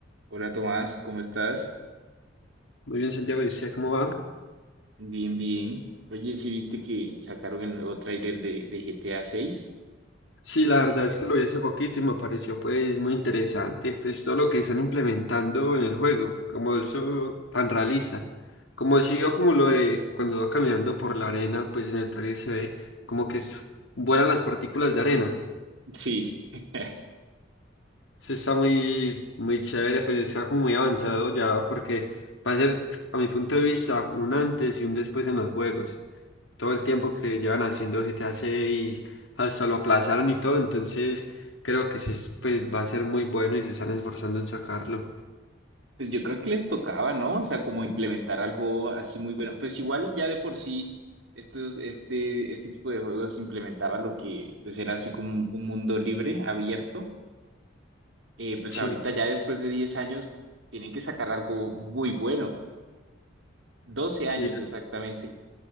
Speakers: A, on the right; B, on the left.
A: Hola Tomás, ¿cómo estás?
B: Muy bien, Santiago, ¿y usted cómo va?
A: Bien, bien. Oye, ¿sí viste que sacaron el nuevo tráiler de, de GTA 6?
B: Sí, la verdad es que lo vi hace poquito y me pareció pues muy interesante, pues todo lo que están implementando en el juego, como eso tan realista, como si vio como lo de cuando va caminando por la arena, pues en el trailer se ve como que es- vuelan las partículas de arena,
A: Sí. <laughs>
B: eso está muy, muy chévere, pues está como muy avanzado ya porque va a ser, a mi punto de vista, un antes y un después en los juegos. todo el tiempo que llevan haciendo GTA 6, hasta lo aplazaron y todo, entonces creo que sí es, pues, va a ser muy bueno y se están esforzando en sacarlo.
A: Pues yo creo que les tocaba, ¿no? O sea, como implementar algo así muy bueno. Pues igual ya de por sí, estos, este, este tipo de juegos implementaba lo que pues era así como un un mundo libre, abierto. Eh, pues
B: Sí,
A: ahorita ya después de 10 años tienen que sacar algo muy bueno. 12
B: sí,
A: años exactamente.